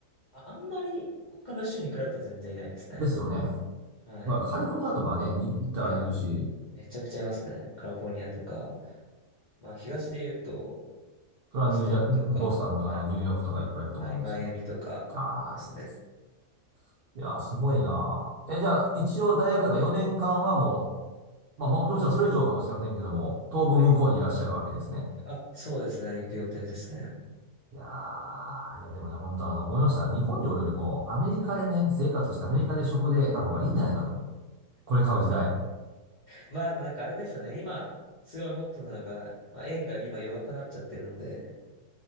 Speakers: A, on the left (about 55°); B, on the right (about 75°).
A: あ、あんまり他の州に比べたら全然いないですね。
B: ですよね。
A: はい。
B: まあカリフォルニアとかね、に行ったらいるし、
A: いや、めちゃくちゃいますね。カリフォルニアとか、まあ東で言うと、
B: それはニュージャ、
A: ボストンとか、
B: ボスタンとかあのニューヨークとかいっぱいいると思うんですけど。
A: あ、はい、マイアミとかいますね。
B: ああ、いいですね。いやー、すごいなー。え、じゃあ一応大学だから4年間はもう、まあもうもちろんそれ以上かもしれませんけども、当分向こうにいらっしゃるわけですね。
A: はい。あ、そうですね。行く予定ですね。
B: いやー、いやでもね、本当あの、思いました。日本におるよりも、アメリカでね、
A: はい。
B: 生活してアメリカで食で得た方がいいんじゃないかと。これ買う時代。
A: まあでもなんかあれですよね。今、すごいホットなのが、まあ、円が今弱くなっちゃってるので、